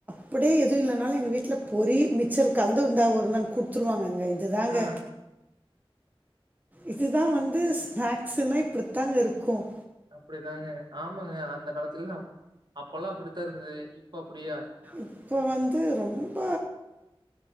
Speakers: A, on the right; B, on the right.
A: அப்படியே எதுவும் இல்லனால எங்க வீட்ல பொறி மிச்சர் கலந்து இந்தா ஒருந் கொடுத்துருவாங்கங்க அதுதாங்க
B: ஆ
A: இதுதான் வந்து ஸ்நாக்ஸ்னா இப்படித்தாங்க இருக்கும்
B: அப்படிதாங்க ஆமாங்க அந்த காலத்தில் எல்லாம் அப்பல்லாம் அப்படித்தான் இருந்தது இப்ப அப்டியா
A: இப்ப வந்து ரொம்ப